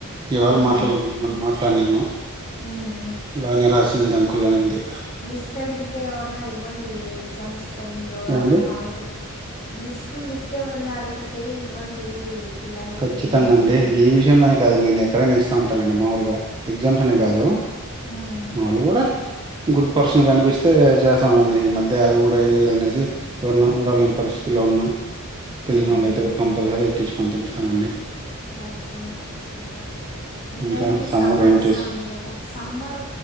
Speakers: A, on the right; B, on the left.
A: ఇవాళ
B: హ్మ్.
A: మాట్లాడ మొన్న మాట్లాడినాను.
B: హ్మ్.
A: బానే రాసిందం కుననండి
B: లిఫట్ అడిగితే వర్ననై ఇవ్వండి ఎగ్జామ్స్ టైంలో
A: ఏమండి
B: అవ్ హాల్టికెట్ లిఫ్ట్ లిఫ్ట్ ఎవరన్నా అడిగితే ఇవ్వండి. పిల్లలకి
A: ఖచ్చితంగా
B: అని
A: అండి
B: అంటున్నా
A: ఈ విషయంలోనే కాదు నేను ఎక్కడైన ఇస్తాను ఉంట నండి మాముూలుగా ఎగ్జామ్స్ అనే
B: ఉమ్
A: కాదు
B: ఉమ్
A: మాళ్ళు కూడా గుడ్ పర్సన్ కనిపిస్తే చేస్తానండి ఈ మధ్య అవి కూడా చేయలే అనేసి ఎవన్నా నుగడ లేని పరిస్థితుల్లో ఉన్నా తెలిసినో
B: ఉమ్,
A: లయితే
B: ఉహు.
A: కంపల్సరి తెచ్చుకొని తింట స్తానండి
B: ఓకే సూపర్ ఇంగా
A: ఇంకా
B: ఏంటి సమ్మర్
A: ఏంటిస్
B: వస్తాంది గదా సమ్మర్